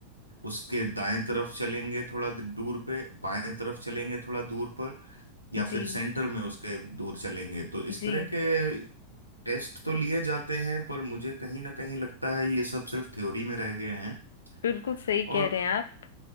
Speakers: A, on the right (about 80°); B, on the left (about 65°).
A: उसके दाएं तरफ चलेंगे थोड़ा दूर पे बाएं तरफ चलेंगे थोड़ा दूर पर या
B: जी
A: फिर सेंटर में उसके दूर चलेंगे तो इस
B: जी
A: तरह के टेस्ट तो लिए जाते हैं पर मुझे कहीं ना कहीं लगता है ये सब सिर्फ थ्योरी में रह गए हैं
B: बिल्कुल सही
A: और
B: कह रहे हैं आप